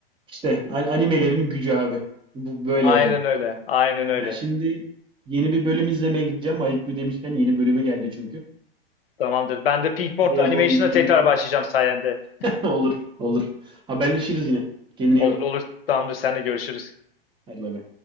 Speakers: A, on the right; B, on the left.
A: İşte a- animelerin gücü abi. Bu böyle
B: Aynen
A: yani.
B: öyle. Aynen öyle.
A: Ben şimdi yeni bir bölüm izlemeye gideceğim. IQ demişken yeni bölümü geldi çünkü.
B: Tamamdır. Ben de Pink Morton
A: Biraz
B: Animation'a
A: onu izleyeyim
B: tekrar
A: okuyayım
B: başlayacağım sayende.
A: <laughs> Olur, olur. Haberleşiriz yine. Kendine
B: Olur
A: iyi bak.
B: olur. Tamamdır. Seninle görüşürüz.
A: Hadi bay bay.